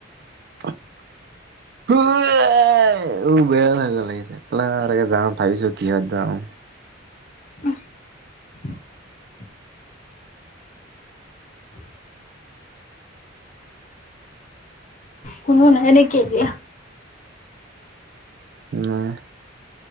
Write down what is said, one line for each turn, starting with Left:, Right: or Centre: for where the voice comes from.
Right: <unintelligible> উ, বিৰাট মজা লাগিছে। যাওঁ। ভাবিছো কিহত যাওঁ।
Left: <unintelligible> <inaudible> কোনো নাই নেকি এতিয়া।
Right: নাই।